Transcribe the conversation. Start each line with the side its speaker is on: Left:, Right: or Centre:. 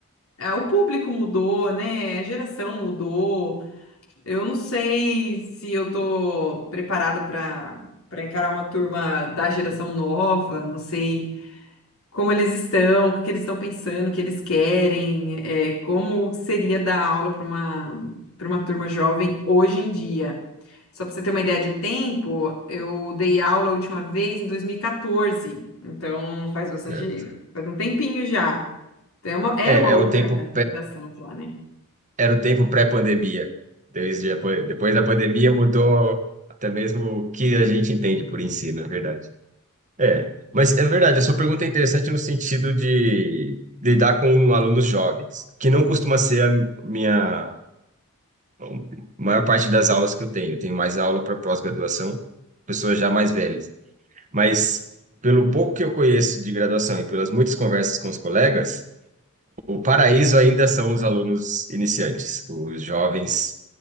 Left: ah, o público mudou, né? A geração mudou. Eu não sei se eu tô preparada para para encarar uma turma da geração nova, não sei como eles estão, o que eles estão pensando, o que eles querem, é, como seria dar aula para uma para uma turma jovem hoje em dia. Só para você ter uma ideia de tempo, eu dei aula a última vez em 2014, então faz bastante,
Right: Certo.
Left: faz um tempinho já. Então é uma- era
Right: É,
Left: uma outra
Right: é o tempo
Left: geração já, né?
Right: era o tempo pré-pandemia. Desde a pan- depois da pandemia mudou até mesmo o que a gente entende por ensino, é verdade. É, mas é verdade, a sua pergunta é interessante no sentido de lidar com alunos jovens, que não costuma ser a minha a maior parte das aulas que eu tenho. Eu tenho mais aula para pós-graduação, pessoas já mais velhas. Mas pelo pouco que eu conheço de graduação e pelas muitas conversas com os colegas, o paraíso ainda são os alunos iniciantes, os jovens